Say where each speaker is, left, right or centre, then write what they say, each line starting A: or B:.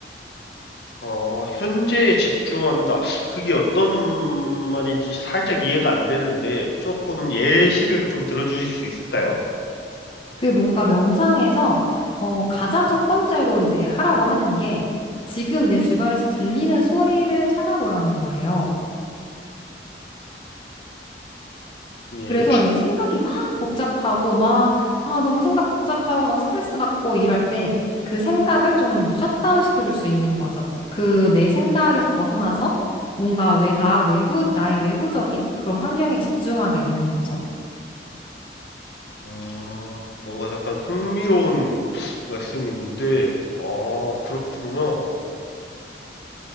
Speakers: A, on the left (about 70°); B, on the left (about 30°).
A: 어, 현재에 집중한다. 그게 어떤 말인지 살짝 이해가 안 되는데 조금 예시를 좀 들어주실 수 있을까요?
B: 그게 뭔가 명상에서 어, 가장 첫 번째로 이제 하라고 하는 게 지금 내 주변에서 들리는 소리를 찾아보라는 거예요.
A: 예,
B: 그래서
A: 추-
B: 이제 생각이 막 복잡하고 막, 아, 너무 생각 복잡하고 막 스트레스 받고 이럴 때 그 생각을 좀 셧다운 시켜줄 수 있는 거죠. 그 내 생각에서 벗어나서 뭔가 왜, 나 외부, 나의 외부적인 그런 환경에 집중하게 되는 거죠.
A: 음, 뭔가 약간 흥미로운 말씀인데, 아, 그렇군요.